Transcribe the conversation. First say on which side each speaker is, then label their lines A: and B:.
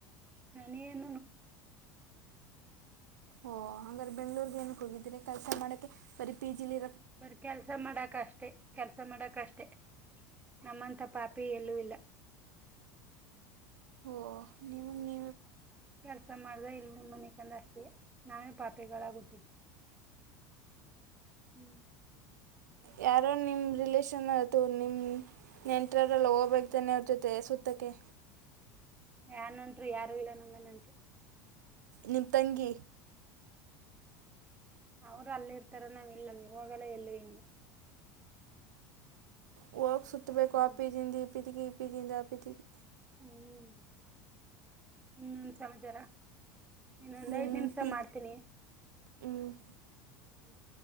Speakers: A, on the right; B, on the right.
A: ನಾನೇನ್
B: ಓ ಅಂಗಾದ್ರೆ ಬೆಂಗ್ಳೂರ್ಗ್ ಏನಕ್ ಹೋಗಿದ್ರಿ ಕೆಲ್ಸ ಮಾಡಕ್ಕೆೆ ಬರೀ ಪಿ ಜಿ ಲಿ
A: ಬರಿ ಕೆಲ್ಸ ಮಾಡಕ್ ಅಷ್ಟೆ, ಕೆಲ್ಸ ಮಾಡಕ್ ಅಷ್ಟೆ ನಮ್ಮಂತ ಪಾಪಿ ಎಲ್ಲೂ ಇಲ್ಲ
B: ಓ ನೀವು ನೀ
A: ಕೆಲ್ಸ ಮಾಡ್ದ ಇಲ್ಂದ್ ಮನಿ ಕಂದ ಅಷ್ಟೆ ನಾವೇ ಪಾಪಿಗಳಾಗ್ ಹುಟ್ಟಿದ್ ಹ್ಮ್
B: ಯಾರೋ ನಿಮ್ ರಿಲೇಷನ್ ಅಥವಾ ನಿಮ್ ನೆಂಟ್ರವ್ರಲ್ಲ ಹೋಬೇಕ್ ತನೇ ಅವ್ರ ಜೊತೆ ಸುತ್ತಕ್ಕೆ
A: ಯ ನೆಂಟ್ರು ಯಾರು ಇಲ್ಲ ನಂಗೆ ನೆಂಟ್ರು
B: ನಿಮ್ ತಂಗಿ
A: ಅವರು ಅಲ್ಲಿ ಇರ್ತಾರ ನಾವ್ ಇಲ್ಲ <unintelligible>
B: ಹೋಗ ಸುತ್ತಬೇಕು
A: ಹ್ಮ್
B: ಆ ಪಿದಿ ಇಂದ ಈ ಪಿದಿಗೆ ಈ ಪಿದಿ ಇಂದ ಆ ಪಿದಿಗೆ
A: ಹ್ಮ್ ಹ್ಮ್ ಸಮ್ಜರ ಇನ್ನೊಂದ್
B: ನಿಮ್ಮ
A: ಐದ್ ನಿಮಿಷ
B: ಪೀಜ್
A: ಮಾಡ್ತೀನಿ
B: ಹ್ಞೂ
A: ಹ್ಮ್